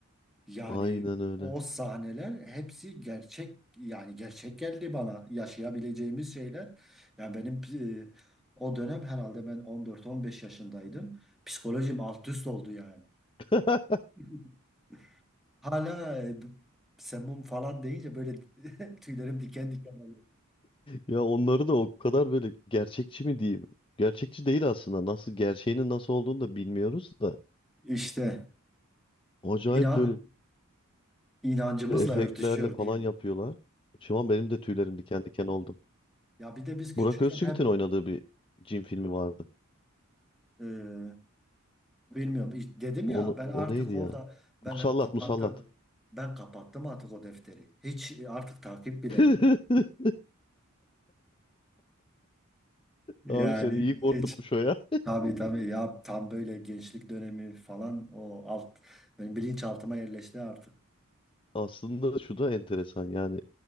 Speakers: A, in the centre; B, on the left (about 25°).
A: Yani
B: Aynen öyle.
A: o sahneler hepsi gerçek yani gerçek geldi bana yaşayabileceğimiz şeyler. Yani benim e, o dönem herhalde ben 14-15 yaşındaydım. Psikolojim alt üst oldu yani.
B: <laughs>
A: <laughs> Hala e, b- semum falan deyince böyle <laughs> tüylerim diken diken oluyor.
B: Ya onları da o kadar böyle gerçekçi mi diyeyim? Gerçekçi değil aslında. Nasıl gerçeğinin nasıl olduğunu da bilmiyoruz da.
A: İşte
B: Acayip
A: inan,
B: böyle
A: inancımızla
B: efektlerle
A: örtüşüyor
B: falan
A: diyelim.
B: yapıyorlar. Şu an benim de tüylerim diken diken oldu.
A: Ya bir de biz küçükken
B: Burak Özçivit'in
A: hep
B: oynadığı bir cin filmi vardı.
A: e, Bilmiyorum. İşte Dedim
B: Onu
A: ya ben artık
B: o neydi
A: orada
B: ya?
A: ben
B: Musallat,
A: kapattım.
B: Musallat.
A: Ben kapattım artık o defteri. Hiç e, artık takip bile
B: <laughs>
A: etmedim. Yani
B: Abi seni iyi korkutmuş
A: hiç.
B: o ya.
A: Tabii tabii ya tam böyle gençlik dönemi falan o alt benim bilinçaltıma yerleşti artık.
B: Aslında şu da enteresan yani